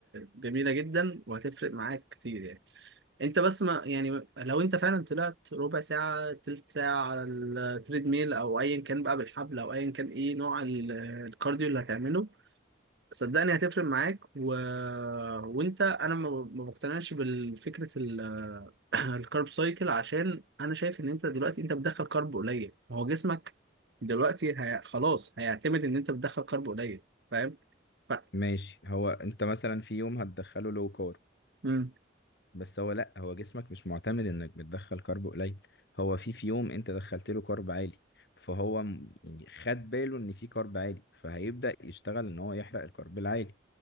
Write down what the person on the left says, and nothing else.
ماشي هو انت مثلا في يوم هتدخله لو كارب
بس هو لا هو جسمك مش معتمد انك بتدخل كارب قليل هو في في يوم انت دخلت له كارب عالي فهو م- يعني خد باله ان في كارب عالي فهيبدأ يشتغل ان هو يحرق الكارب العالي